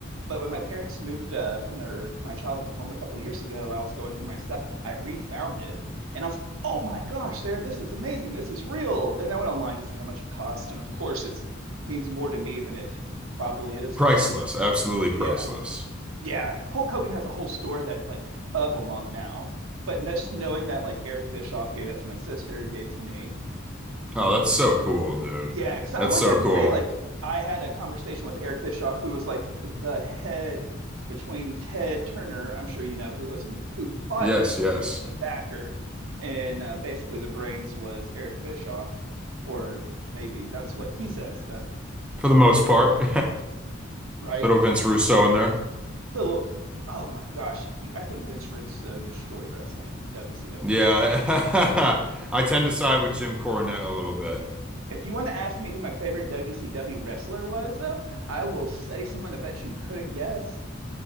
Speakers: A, on the right (about 80°); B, in the centre.
A: But when my parents moved uh, from their my childhood home a couple years ago, I was going through my stuff. I refound it, and I was like, "Oh my gosh, Sarah, this is amazing! This is real!" And I went online to see how much it cost, and of course, it's means more to me than it probably is, especially
B: Priceless.
A: since
B: Absolutely priceless.
A: yeah, yeah. Hulk Hogan has a whole store that like of them up now. But just knowing that like Eric Bischoff gave that to my sister, gave to me.
B: Oh, that's so cool, dude.
A: Yeah, because I
B: That's
A: wish
B: so
A: I could
B: cool.
A: say like I had a conversation with Eric Bischoff, who was like the head between Ted Turner, I'm sure you know who was not who bought
B: Yes,
A: WCW
B: yes.
A: is the backer, and uh, basically the brains was Eric Bischoff, or maybe that's what he says that
B: For the most
A: <clears throat>
B: part.
A: right.
B: <laughs> Little Vince Russo in there.
A: put a little. Oh my gosh, he. I think Vince Rizzo destroyed wrestling WCW.
B: Yeah, <laughs> I tend to side with Jim Cornette a little bit.
A: If you want to ask me who my favorite WCW wrestler was, though, I will say someone I bet you couldn't guess,